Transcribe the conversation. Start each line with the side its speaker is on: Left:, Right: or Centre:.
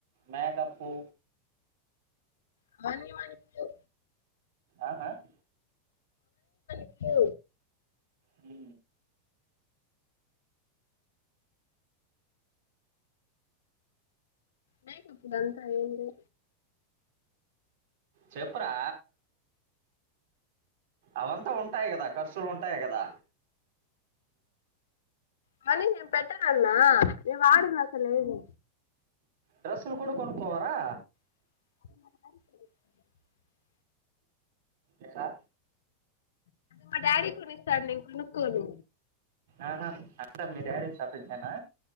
Right: మేకప్పు
Left: అవన్నీ మనకు
Right: ఆహా <inaudible>
Left: కు
Right: హు
Left: మేకప్ ఇదంతా ఏంది
Right: చెప్పురా అవంతా ఉంటాయి కదా ఖర్చులు ఉంటాయి కదా
Left: కానీ నేను పెట్టను అన్నా నేను వాడను అసలు ఏది
Right: డ్రెస్సులు కూడా కొనుక్కోవా రా
Left: <inaudible>
Right: ఎ రా
Left: మా డాడీ కొనిస్తాడు ని కొనుక్కోను
Right: ఆహా అంతా మీ డాడీ షాపింగ్ ఏనా